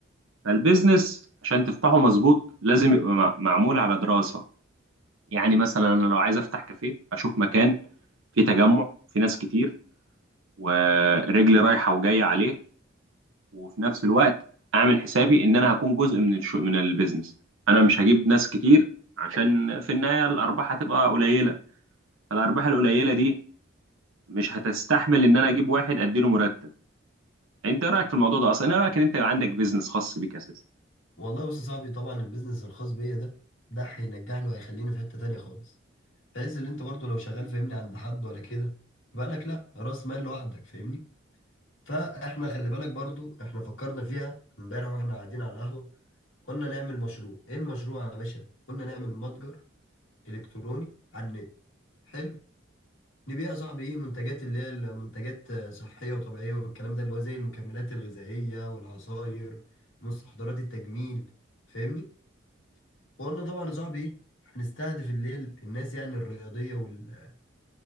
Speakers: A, on the right; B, on the left.
A: فالبيزنس عشان تفتحه مظبوط لازم يبقى مع- معمول على دراسة يعني مثلا انا لو عايز افتح كافيه اشوف مكان فيه تجمع فيه ناس كتير ورجلي رايحة وجاية عليه وفي نفس الوقت اعمل حسابي ان انا هكون جزء من الشو من البيزنس انا مش هجيب ناس كتير عشان في النهايه الارباح هتبقى قليله فالارباح القليله دي مش هتستحمل ان انا اجيب واحد اديله مرتب انت إيه رايك في الموضوع ده اصلا انا رايك ان انت يبقى عندك بيزنس خاص بيك اساسا
B: والله بص يا صاحبي طبعا البيزنس الخاص بيا ده ده هينجحني وهيخليني في حتة تانية خالص بحيث ان انت برضو لو شغال فاهمني عند حد ولا كده بالك لا راس مال لوحدك فاهمني فاحنا خلي بالك برضو احنا فكرنا فيها امبارح واحنا قاعدين على القهوة قلنا نعمل مشروع ايه المشروع يا باشا قلنا نعمل متجر الكتروني على النت حلو نبيع يا صاحبي ايه منتجات اللي هي المنتجات صحية وطبيعية والكلام ده اللي هو زي المكملات الغذائية والعصاير مستحضرات التجميل فاهمني وقلنا طبعا يا صاحبي ايه هنستهدف اللي هي الناس يعني الرياضية وال...